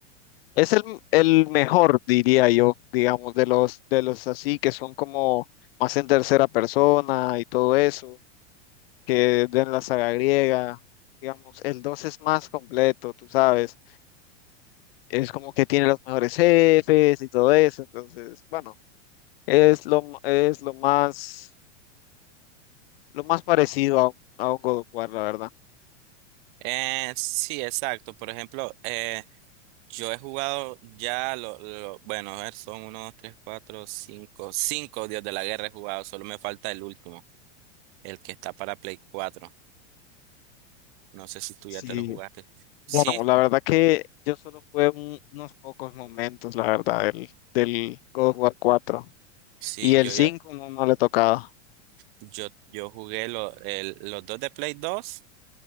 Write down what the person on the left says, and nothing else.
Es el, el mejor, diría yo, digamos, de los, de los así que son como más en tercera persona y todo eso, que de la saga griega, digamos, el 2 es más completo, tú sabes, es como que tiene los mejores jefes y todo eso, entonces, bueno, es lo, m- es lo más, lo más parecido a, un- a un God of War, la verdad.
Sí,
bueno, la verdad que yo solo jugué un- unos pocos momentos, la verdad, del, del God of War cuatro
Y el
5
no, no le tocaba.